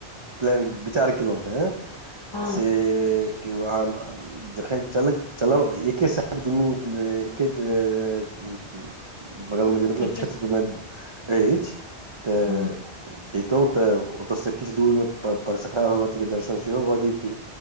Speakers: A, on the right; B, on the left.
A: प्लान विचार केलहुँ हे <unintelligible>
B: हँ
A: से। केओ अहाँ जखन चल चलउ एके साइड दुनू एके। <unintelligible> बगलमे जे मतलब
B: देखियौ,
A: क्षेत्रकेमे। <unintelligible> अछ। <unintelligible> <unintelligible> तऽ।
B: हँ
A: जैतहुँ तऽ ओतऽसँ किछु दूरमे परसखा भगवतीके दर्शन सेहो भऽ जैतै